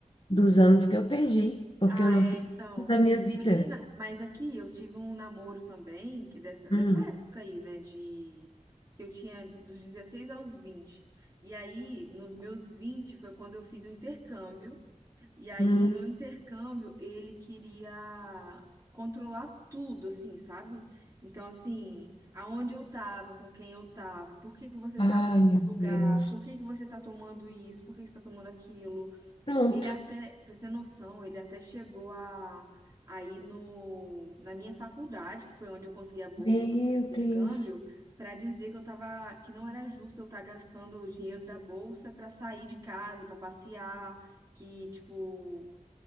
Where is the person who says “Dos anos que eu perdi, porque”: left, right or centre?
Left